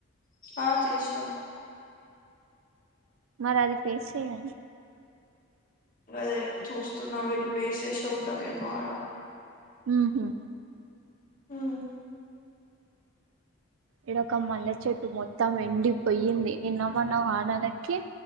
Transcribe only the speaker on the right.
మరి అది <unintelligible> యండి.
ఉహు
ఇడొ ఒక మల్లె చెట్టు మొత్తం ఎండిపోయింది నిన్నమన్నా వానలకి